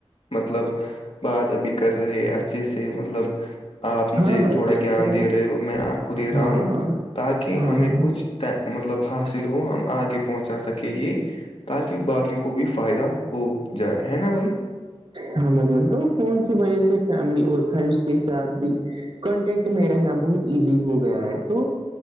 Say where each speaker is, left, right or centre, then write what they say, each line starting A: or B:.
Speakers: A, on the left; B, on the right.
A: مطلب بات ابھی کر رہے اچھے سے مطلب آپ مجھے
B: ہاں بھائی
A: تھوڑا
B: جان
A: گیان
B: تو
A: دے رہے ہو میں آپ کو دے رہا
B: ہاں
A: ہوں
B: ہاں
A: تاکہ
B: ہاں
A: ہمیں
B: ہاں
A: کچھ مطلب حاصل ہو ہم آگے پہنچا سکیں گے تاکہ باقی کو بھی فائدہ ہو جائے ہے نا بھائی
B: ہاں بجن تو فون کی وجہ سے فیملی اور فرینڈس کے ساتھ بھی کانٹیکٹ میں رہنا بہت ایزی ہو گیا ہے تو